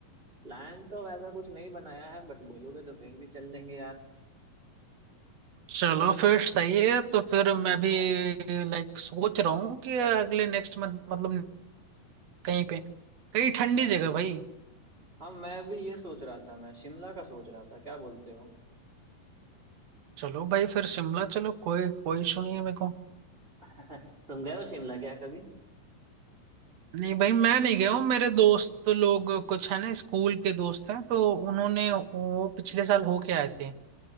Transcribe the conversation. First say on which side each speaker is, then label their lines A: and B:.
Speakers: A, on the right; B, on the right.
A: प्लान तो वैसा कुछ नहीं बनाया है बट बोलोगे तो कहीं भी चल लेंगे यार
B: चलो फिर सही है तो फिर मैं भी
A: हाँ।
B: लाइक सोच रहा हूँ कि अगले नेक्स्ट मंथ मतलब कहीं पे कहीं ठंडी
A: मैं
B: जगह भाई
A: हाँ मैं भी ये सोच रहा था मैं शिमला का सोच रहा था क्या बोलते हो
B: चलो भाई फिर शिमला चलो कोई कोई इशू नहीं है मेरे को
A: <laughs> तुम गए हो शिमला क्या कभी
B: नहीं भाई मैं नहीं गया हूँ मेरे दोस्त तो लोग कुछ है ना स्कूल के दोस्त हैं तो उन्होंने वो पिछले साल होके आए थे